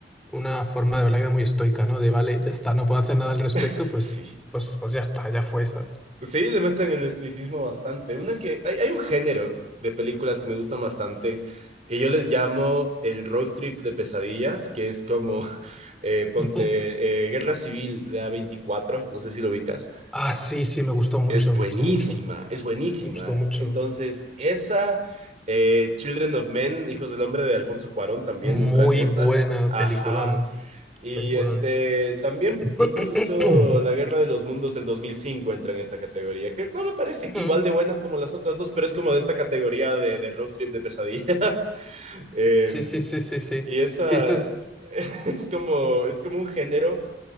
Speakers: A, in the centre; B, on the right.
A: una forma de ver la vida muy estoica, ¿no? De vale, ya está, no puedo hacer nada al respecto,
B: <laughs>
A: pues,
B: Sí.
A: pues, pues ya está, ya fue, ¿sabes?
B: Sí, le meten el estoicismo bastante. Una que, hay, hay un género de películas que me gustan bastante, que yo les llamo el road trip de pesadillas, que es como, <laughs> eh, ponte,
A: Mm. <laughs>
B: eh, Guerra Civil de a veinticuatro no sé si lo ubicas.
A: Ah, sí, sí, me gustó mucho,
B: es buenísima,
A: me gustó mucho,
B: es buenísima.
A: me gustó mucho.
B: Entonces, esa, eh, Children of Men, Hijos del Hombre de Alfonso Cuarón, también
A: Muy
B: entra en esa.
A: buena
B: Ajá.
A: peliculón,
B: Y
A: peliculón.
B: este, también
A: <clears throat>
B: incluso La Guerra de los Mundos del dos mil cinco entra en esta categoría, que no me parece
A: Ujú.
B: igual de buena como las otras dos, pero es como de esta categoría de, de road trip de pesadillas. <laughs> eh,
A: Sí, sí, sí, sí, sí.
B: y esa
A: Sí, esta es,
B: <laughs> es como, es como un género